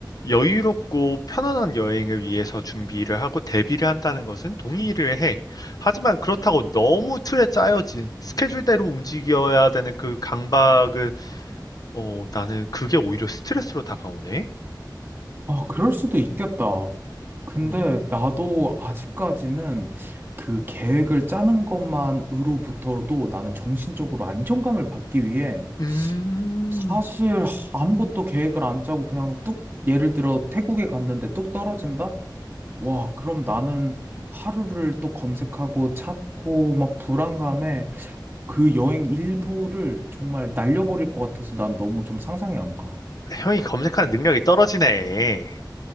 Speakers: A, on the left; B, on the right.
A: 여유롭고 편안한 여행을 위해서 준비를 하고 대비를 한다는 것은 동의를 해. 하지만 그렇다고 너무 틀에 짜여진 스케줄대로 움직여야 되는 그 강박은, 어, 나는 그게 오히려 스트레스로 다가오네.
B: 아, 그럴 수도 있겠다. 근데
A: 음,
B: 나도 아직까지는 그 계획을 짜는 것만으로부터도 나는 정신적으로 안정감을 받기 위해
A: 음,
B: 사실 아무것도 계획을 안 짜고 그냥 뚝, 예를 들어 태국에 갔는데 뚝 떨어진다? 와, 그럼 나는 하루를 또 검색하고 찾고 막 불안감에 그 여행 일부를 정말 날려버릴 것 같아서 난 너무 좀 상상이 안 가.
A: 형이 검색하는 능력이 떨어지네.